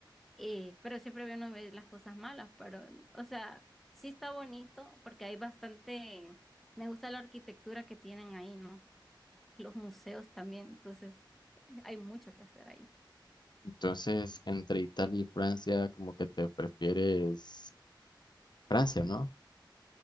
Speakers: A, in the centre; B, on the left.
A: Eh, pero siempre uno ve las cosas malas, pero, o sea, sí está bonito porque hay bastante, me gusta la arquitectura que tienen ahí, ¿no? Los museos también, entonces <laughs> hay mucho que hacer ahí.
B: Entonces, entre Italia y Francia, como que te prefieres Francia, ¿no?